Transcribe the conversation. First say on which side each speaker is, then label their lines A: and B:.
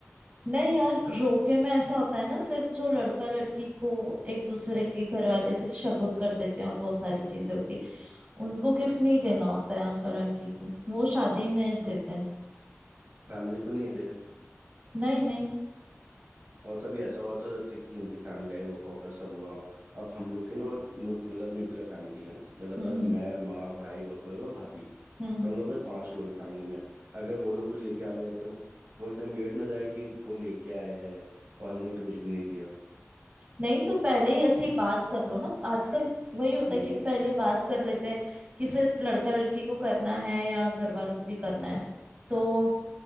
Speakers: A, on the right; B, on the right.
A: नहीं यार रोके में ऐसा होता है ना सिर्फ जो लड़का लड़की को एक दूसरे के घर वाले सिर्फ शगुन कर देते हैं और वो सारी चीजें होती है उनको गिफ्ट नहीं देना होता है अंकल आंटी को वो शादी में
B: तो
A: देते हैं
B: फैमिली को नहीं दे
A: नहीं नहीं
B: और कभी ऐसा हो तो जैसे कि उनकी फैमिली आई रोका होका सब हुआ अब हम लोग की ना वो न्यू मतलब न्यूक्लियर फैमिली है मतलब
A: हम्म
B: बस
A: हम्म
B: मैं माँ भाई बब्बर और भाभी
A: हम्म हम्म।
B: तो हम लोग बस पांच लोग हैं फैमिली में अगर वो लोग कुछ लेके आ गए तो वो एकदम वियर्ड हो जाए कि वो लेके आए हैं और हम लोग ने कुछ भी नहीं दिया
A: नहीं तो पहले ही ऐसी बात कर लो ना आजकल वही होता
B: नहीं
A: है कि
B: नहीं
A: पहले
B: नहीं
A: बात कर लेते हैं कि सिर्फ लड़का लड़की को करना है या घर वालों को भी करना है तो